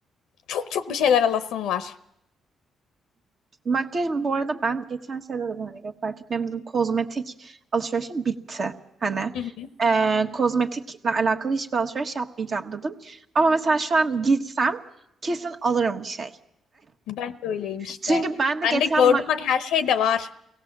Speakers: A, on the left; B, on the right.
A: çok çok bir şeyler alasım var.
B: Makyaj bu arada ben geçen sene dedim hani fark etmem dedim kozmetik alışverişim bitti. Hani
A: Hı hı.
B: eee, kozmetikle alakalı hiçbir alışveriş yapmayacağım dedim. Ama mesela şu an gitsem kesin alırım bir şey.
A: Ben de öyleyim işte.
B: Çünkü ben de
A: Ben
B: geçen
A: de gördüm
B: ma-
A: bak her şey de var.